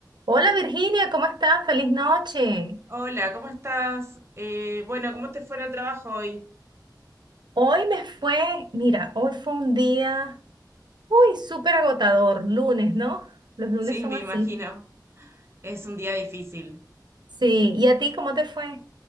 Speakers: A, on the right (about 70°); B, on the right (about 35°).
A: Hola Virginia, ¿cómo estás? Feliz noche.
B: Hola, ¿cómo estás? Eh, bueno, ¿cómo te fue en el trabajo hoy?
A: Hoy me fue, mira, hoy fue un día, uy, súper agotador, lunes, ¿no?
B: <laughs>
A: Los lunes
B: Sí,
A: son
B: me
A: así.
B: imagino. Es un día difícil.
A: Sí, ¿y a ti cómo te fue?